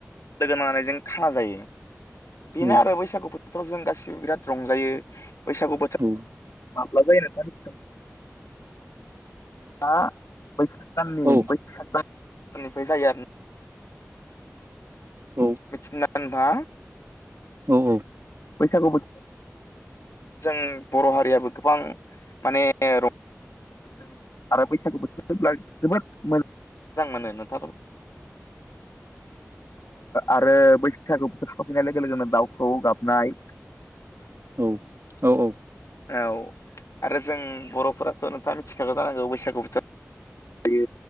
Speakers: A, on the left (about 70°); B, on the right (about 60°).
A: लोगो नांनायनै जों खाना जायो। बेनो
B: औ
A: आरो बैसागु बोथोराव जों गासिबो बिराद रंजायो। बैसागु बोथोर
B: औ
A: माब्ला जायो नोंथाङ मिथि दा बैसाग दाननि
B: औ
A: बैसाग दाननिफ्राय जायो आरो
B: औ
A: मिथिदो ना नोंथा
B: औ
A: बैसागु बो जों बर' हारियाबो गोबां माने रं आरो बैसागु बोथोर होनब्ला जोबोद मोजां मोनो नोथाङाथ आरो बैसागु बोथोर सफैनाय लोगो लोगोनो दाउखौ गाब नाय
B: औ औ औ
A: औ आरो जों बर'फोराथ' नोंथाङा मिथिखागौ जानांगौ बैसागु बोथो दि